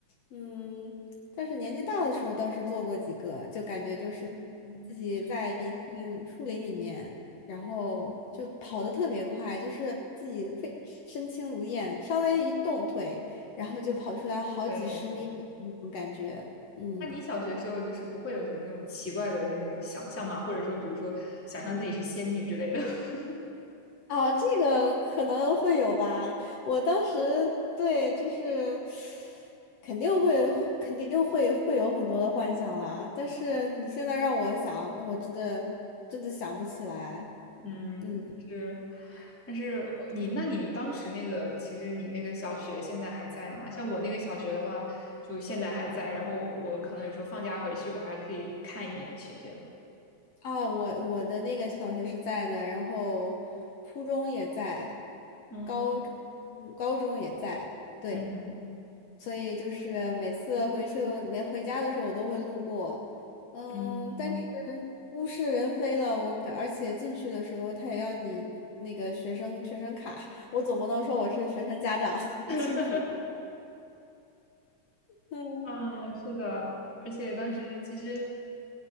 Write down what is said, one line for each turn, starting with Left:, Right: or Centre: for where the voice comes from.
Left: 嗯，但是年纪大的时候倒是做过几个，就感觉就是
Centre: 嗯，
Left: 自己在一片树林里面，
Centre: <laughs>
Left: 然后就跑得特别快，就是自己非身轻如燕，稍微一动腿，然后就跑出来好几十米那种感觉，
Centre: 对。
Left: 嗯。
Centre: 那你小学时候就是不会有什么那种奇怪的那种想象吗？或者说，比如说想象自己是仙女之类的？<laughs>
Left: 哦，这个可能会有吧。我当时对，就是肯定会，肯定会会有很多的幻想啦。但是你现在让我想，我真的真的想不起来。
Centre: 嗯，
Left: 嗯。
Centre: 是，但是你，那你当时那个，其实你那个小学现在还在吗？像我那个小学的话，就现在还在，然后我可能有时候放假回去，我还可以看一眼去这样。
Left: 啊，我我的那个小学是在的，然后初中也在，
Centre: 嗯
Left: 高中嗯高中也在，对，
Centre: 嗯
Left: 所以就是每次回去没回家的时候，我都会路过，嗯，
Centre: 嗯，
Left: 但是物是人非了，我而且进去的时候他也要你那个学生学生卡，<laughs> 我总不能说我是学生家长 <laughs>
Centre: <laughs>
Left: 进去，嗯
Centre: 啊，是的，而且当时其实
Left: 嗯